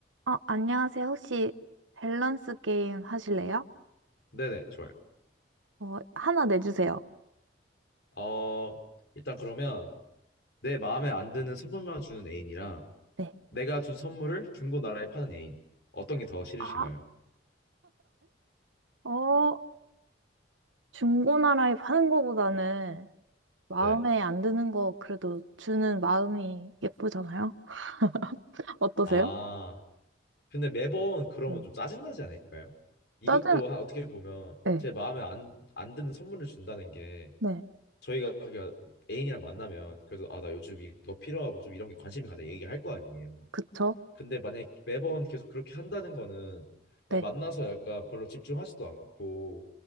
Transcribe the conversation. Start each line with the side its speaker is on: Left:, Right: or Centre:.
Right: 어, 안녕하세요. 혹시 밸런스 게임 하실래요?
Left: 네네, 좋아요.
Right: 어, 하나 내주세요.
Left: 어, 일단 그러면 내 마음에 안 드는 선물만 주는 애인이랑
Right: 네.
Left: 내가 준 선물을 중고 나라에 파는 애인. 어떤 게 더 싫으신가요?
Right: 아, 어, 중고나라에 파는 거보다는 마음에
Left: 네.
Right: 안 드는 거 그래도 주는 마음이 예쁘잖아요? <laughs> 어떠세요?
Left: 아, 근데 매번 그러면
Right: 네.
Left: 좀 짜증나지 않을까요? 이것도
Right: 짜증,
Left: 하- 어떻게 보면
Right: 네,
Left: 제 마음에 안, 안 드는 선물을 준다는 게
Right: 네,
Left: 저희가 저희가 애인이랑 만나면 그래도 아, 나 요즘 이거 필요하고 좀 이런 게 관심이 간다 얘기할 거 아니에요.
Right: 그쵸?
Left: 근데 만약에 매번 계속 그렇게 한다는 거는
Right: 네.
Left: 만나서 약간 별로 집중하지도 않고